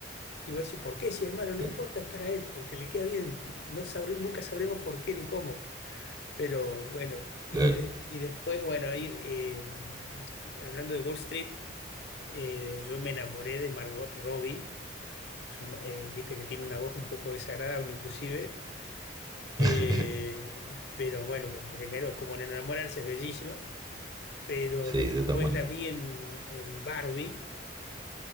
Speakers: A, on the left; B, on the right.
A: Y vos decís, ¿por qué? Si es malo, no
B: claro,
A: importa, es para él, porque le queda bien. No sabré- nunca sabremos por qué ni cómo. Pero bueno, y,
B: claro.
A: de- y después, bueno, ahí, eh, hablando de Wall Street, eh, yo me enamoré de Margot Robbie su- eh, viste que tiene una voz un poco desagradable inclusive, eh,
B: <laughs>
A: pero bueno, primero como en enamorarse es bellísima, pero
B: Sí,
A: después
B: de todas maneras.
A: la vi en, en Barbie,